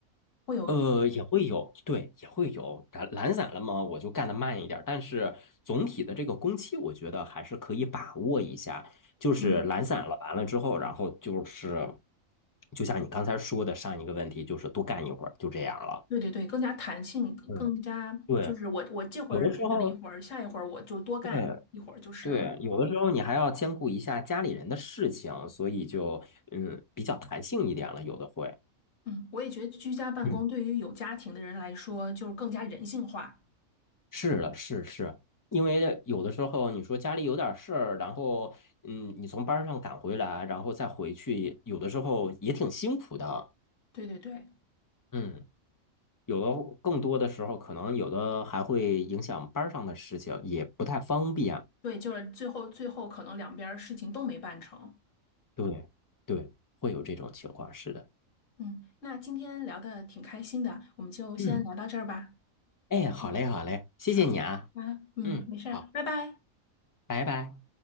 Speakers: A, on the left; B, on the left.
A: 会有，
B: 呃，也会有，对，也会有懒懒散了嘛，我就干得慢一点儿但是总体的这个工期，我觉得还是可以把握一下。就是懒散了，
A: 嗯，
B: 完了之后，然后就是，就像你刚才说的上一个问题，就是多干一会儿，就这样了。
A: 对对对，更加弹性，更更加就是我我这会儿懒散了一会儿，
B: 嗯，对，有的时候，
A: 下一会儿我就多干一会儿就是了。
B: 对对，有的时候你还要兼顾一下家里人的事情，所以就嗯比较弹性一点了，有的会。
A: 嗯，我也觉得居家办公对于有家庭的人来说，
B: 嗯。
A: 就是更加人性化。
B: 是的，是是，因为有的时候你说家里有点事儿，然后嗯，你从班儿上赶回来，然后再回去，有的时候也挺辛苦的。
A: 对对对。
B: 嗯，有的更多的时候，可能有的还会影响班儿上的事情，也不太方便。
A: 对，就是最后最后可能两边儿事情都没办成。
B: 对对，会有这种情况，是的。
A: 嗯，那今天聊的挺开心的，我们就先聊到这儿吧。
B: 嗯，哎，好嘞，
A: 嗯，
B: 好嘞，谢谢你啊。
A: 好，啊，嗯，
B: 嗯，
A: 没事儿，
B: 好，
A: 拜拜。
B: 拜拜。